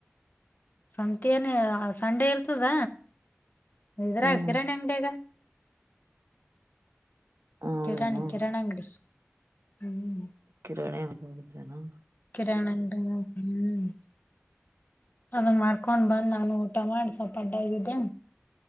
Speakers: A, on the left (about 45°); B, on the right (about 75°).
A: ಸಂತಿ ಏನ್ ಸಂಡೆ ಇರ್ತದ. ಇದ್ರಾಗ
B: ಹ್ಮ್ ಹ್ಮ್
A: ಕೀರಾಣಿ ಅಂಗಡ್ಯಾಗ.
B: ಹೌದೇನಾ
A: ಕಿರಾಣಿ ಕಿರಾಣಂಗಡಿ ಹ್ಮ್.
B: ಕಿರಾಣಿಲ್ಲಿ ಹೋಗಿದ್ರನಾ <unintelligible>
A: ಕಿರಾಣಿ ಅಂಗಡ್ಯಗ ಹ್ಮ್. ಅದನ್ ಮಾಡ್ಕೊಂಡ್ ಬಂದ್ ನಾನು ಊಟ ಮಾಡ್ ಸ್ವಲ್ಪ ಅಡ್ಡಗಿದ್ದೆ.